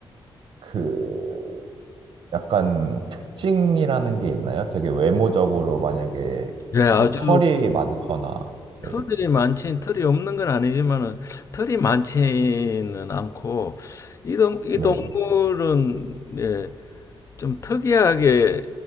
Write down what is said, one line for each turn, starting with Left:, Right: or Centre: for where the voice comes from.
Right: 그 약간 특징이라는 게 있나요? 되게 외모적으로 만약에
Left: 예, 아주
Right: 뭐 털이 많거나 뭐
Left: 털이
Right: 이렇게
Left: 많지, 털이 없는 건 아니지만은, 털이 많지는 않고, 이, 동, 이
Right: 네.
Left: 동물은, 예, 좀 특이하게